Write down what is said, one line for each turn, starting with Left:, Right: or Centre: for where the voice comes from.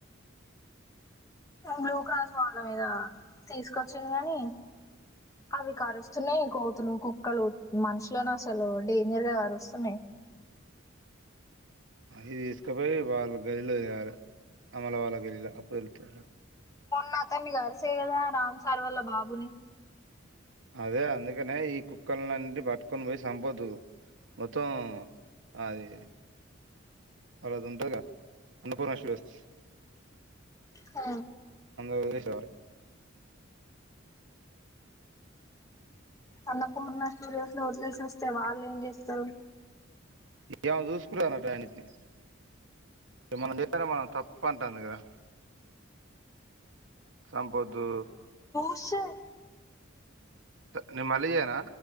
Left: బ్లూ క్రాస్ వాళ్ళ మీద తీసుకొచ్చింది కని అవి కరుస్త స్తున్నాయి కోతులు కుక్కలు మనుషులను అసలు డేంజర్ గా కారుస్తున్నాయి
Right: అవి తీసుకుపోయి వాళ్ళ గదిలో ఏయాలి అమల వాళ్ళ గదిలో అప్పుడు తెలుతది
Left: నా అతన్ని గరిసేయగదా రామ్ సార్ వాల్ల బాబుని
Right: అదే అందుకనే ఈ కుక్కలండి పట్ కొొని పోయి సంపోద్దు మొత్తం అది అది ఉంటది కదా అన్నపూర్ణ స్టూడియోస్
Left: ఆ
Right: వదిలేసి రావాలి
Left: అన్నపూర్ణ స్టూడియోస్ లో వదిలేసోస్తే వాళ్ళ ఏం చేస్తారు
Right: ఇగ ఆమె చూసుకుంటదాట వాటిని మనం చేతంటే మనం తప్ప అంటాంది కదా సంపద్దు
Left: క్షే
Right: నేన మళ్లీ చెయ్యనా